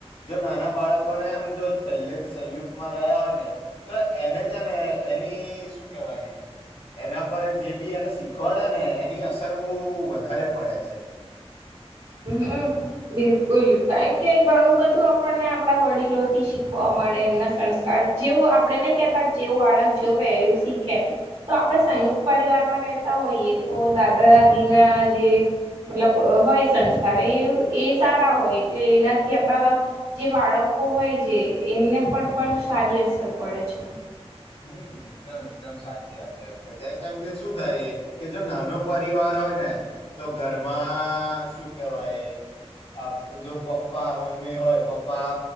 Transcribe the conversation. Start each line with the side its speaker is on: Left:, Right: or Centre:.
Left: જો નાના બાળકોને એમ જો પહેલેથી સંયુક્તમાં રહ્યા હોય ને તો એને છે ને એની શું કેવાય એના પર જે બી એને શીખવાડે ને એની અસર બહ વધારે પડે છે <inaudible>
Right: હમ બિલકુલ કારણ કે ઘણું બધું આપણને આપડા વડીલો થી શીખવા મળે એમના સંસ્કાર જેવું આપડણે નહી કેતા જેવું બાળક જોવે એવું શીખે તો આપણે
Left: હા.
Right: સંયુક્ત પરિવારમાં હોઈએ તો દાદા દાદી ના જે મતલબ હોય સંસ્કાર એ એ સારા હોય એટલે એનાથી આપણા જે બાળકો હોય છે એમને પણ પણ સારી અસર પડે છે
Left: હમ એકદમ એકદમ સાચી વાત ત્યાં કેમ કે શું થાય એ કે જો નાનો પરિવાર હોય ને તો ઘરમાં શું કેવાય જો પપ્પા મમ્મી હોય પપ્પા